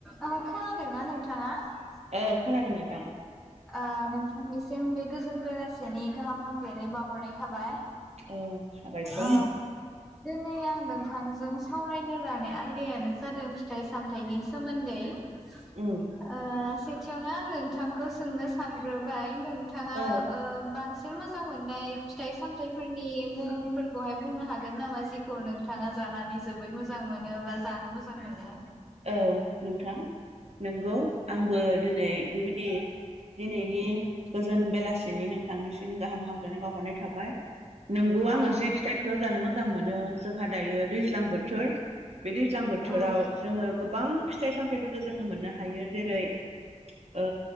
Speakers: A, in the centre; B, on the right.
A: औ खोनादोंना नोंथाङा
B: औ
A: ओ
B: खोनादों नोंथां
A: नोंथांनिसिम बे गोजोन बेला सेनि गाहाम हामलानाय बाहरनाय थाबाय
B: औ साबायखर
A: ओ <unintelligible> आं नोंथांजों सावरायनो लानाय आयदायानो जादों फिथाइ सामथाइनि सोमोन्दै ओ
B: उम
A: एसेयावनो आं नोंथां खौ सोंनो सानग्रोबाय नोंथाङा
B: औ
A: ओ बांसिन मोज जां मोननाय फिथाइ सामथाइफोरनि मुंफोरखौहाय बुंनो हागोन नामा जेखौ नोंथाङा जानानै जोबोद मोजां मोनो बा जानो मोजां मोनो।
B: औ नोंथां नोंगौ। आंबो दोनै बेबायदि दिनैनि गोजोन बेलासिनि नोंथांनिसिम गाहाम हाम लायनाय बावहरनाय थाबाय नोंगौ आंङो
A: औ
B: जि फिथाइखौ जानो मोज जां मोनो जोंहा दायो दैज्लां बोथोर। बे दैज्लां बोथोराव
A: औ
B: जोंङो गोबां फिथाइ सामथायाइफोरखौ जोंङो मोननो हायो जेरै ओ